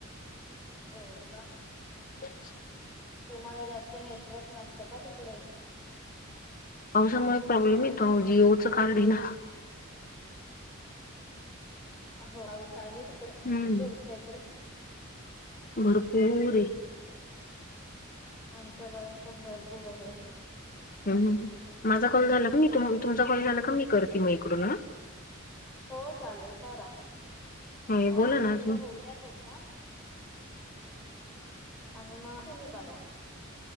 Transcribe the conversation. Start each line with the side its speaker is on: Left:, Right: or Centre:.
Centre: हो का?
Left: <inaudible>
Centre: तुम्हाला जास्त नेटवर्क नसतं का तिकडे?
Left: पावसामुळे प्रॉब्लेम येतो, जीओचं कार्ड ये ना.
Centre: हा हो पाऊस आहे. तिकडे
Left: हम्म
Centre: तुमच्या इकडे?
Left: भरपूर ये.
Centre: आमच्याकडे पण भरपूर आहे.
Left: हू हू.
Centre: खूपच
Left: माझा कॉल झाला का मी तुम्हा? तुमचा कॉल झाला का मी करते मग इकडून ह.
Centre: हो चालेल करा.
Left: हो
Centre: दहा
Left: बोला ना
Centre: मिनिट
Left: तू
Centre: होऊ द्या पूर्ण. आणि मग तुम्ही करा.